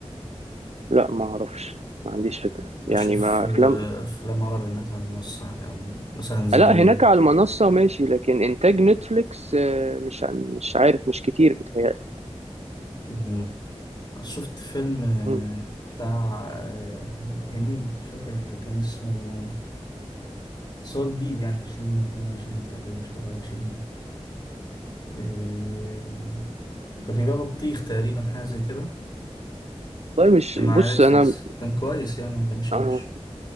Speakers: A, on the right (about 70°); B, on the left (about 40°).
A: لا ما أعرفش ما عنديش فكرة
B: مم. بشوف
A: يعني ما
B: آه،
A: أفلام
B: أفلام عربي هناك على المنصة يعني أو مثلا زي
A: لا هناك على المنصة ماشي لكن إنتاج نتفليكس آه، مش ع- مش عارف مش كتير بيتهيألي يعني
B: مم. شفت فيلم آه،
A: مم.
B: بتاع آه، هنيدي مش فاكر كان اسمه بس هو جديد يعني عشرين اتنين وعشرين تقريبا عشرين تلاتة وعشرين آه، كان بيبيع بطيخ تقريبا حاجة زي كده
A: والله مش
B: كان على
A: بص
B: نتفليكس
A: أنا
B: كان كويس يعني ما كانش وحش
A: آه،